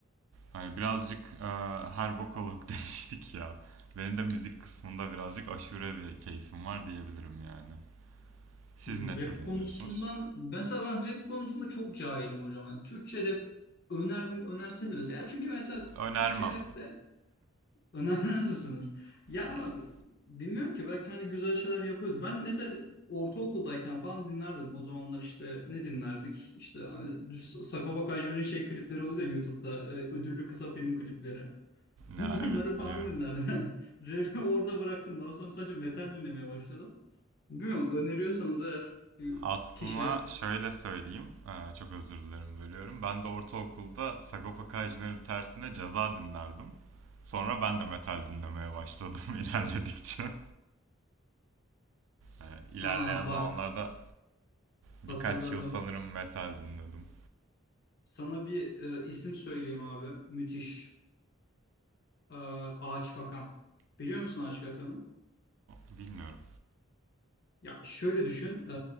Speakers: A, on the right; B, on the left.
A: Hani birazcık e, her bokolog <laughs> demiştik ya. Benim de müzik kısmında birazcık aşure bir keyfim var diyebilirim yani. Siz
B: Rap
A: ne tür dinliyorsunuz?
B: konusundan mesela ben rap konusunda çok cahilim hocam. Yani Türkçe rap öner önerseniz mesela. Ya Çünkü mesela
A: Önermem.
B: Türkçe rapte önermez misiniz? Ya
A: <laughs>
B: ama bilmiyorum ki belki hani güzel şeyler yapıyordu. Ben mesela ortaokuldayken falan dinlerdim. O zamanlar işte ne dinlerdik? İşte hani düz Sagopa Kajmer'in şey klipleri oluyor da YouTube'da e, ödüllü kısa film klipleri.
A: Ya
B: <laughs> Onları
A: evet
B: falan
A: biliyorum.
B: dinlerdim ben. <laughs> Rap'i orada bıraktım. Daha sonra sadece metal dinlemeye başladım. Bilmiyorum öneriyorsanız eğer bir
A: Aslında
B: kişi.
A: şöyle söyleyeyim, eee, çok özür dilerim bölüyorum. Ben de ortaokulda Sagopa Kajmer'in tersine ceza dinlerdim. Sonra ben de metal dinlemeye başladım <laughs> ilerledikçe. Eee, İlerleyen
B: Ha
A: zamanlarda
B: bak
A: birkaç
B: hatırladım.
A: yıl sanırım metal dinledim.
B: Sana bir e, isim söyleyeyim abi. Müthiş. E, Ağaç Kakan. Biliyor musun Ağaç Kakan'ı?
A: Bilmiyorum.
B: Ya şöyle düşün. E,